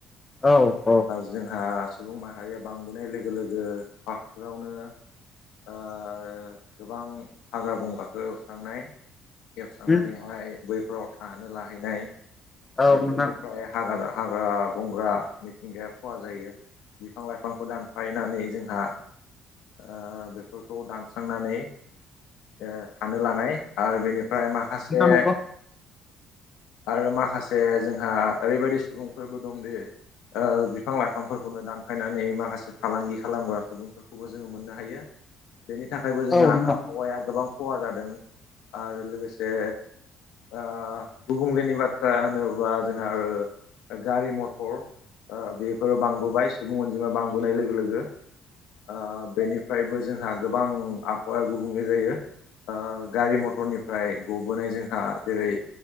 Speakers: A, on the left; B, on the left.
A: औ उम औ
B: जोंहा सुबुं माहारिया बांबोनाय लोगो लोगो फार्स्टावनो ओ गोबां हाग्रा बंग्राखौ एवस्रांनाय। एवस्रांनानैहाय
A: नोंथां
B: बैफोराव थानो लाहैनाय
A: औ
B: बेफोरनिफ्राय
A: नोंथां
B: हाग्रा हाग्रा बंग्रा मिथिंगाया खहा जायो बिफां लाइफांखौ दानफायनानै जोंहा ओ बेफोरखौ दानस्रांनानै ओ खानो लानाय आरो बेनि ओमफ्राय माखासे
A: नंगौ
B: आरो माखासे जोंहा ओरैबायदि सुबुंफोरबो दं दि ओ बिफां लाइफांफोरखौनो दानफायनानै माखासे फालांगि खालामग्रा सुबुंफोरखौ फोरखौबो जोङो मोननो हायो बेनि थाखायबो जोंहा
A: औ नोंथां
B: आबहावाया
A: औ उम औ नोंथां
B: गोबां खहा जादों। आरो लोगोसे ओ गुबुंलेनि बाथ्रा होनोब्ला जोंहा ओ गारि मथर बेफोरो बांबोबाय सुबुं अनजिमा बांबोनाय लोगो लोगो‌। ओ बेनिफ्रायबो जोंहा गोबां आबहावाया गुबुंले जायो। ओ गारि मथरनिफ्राय गबोनाय जोंहा जेरै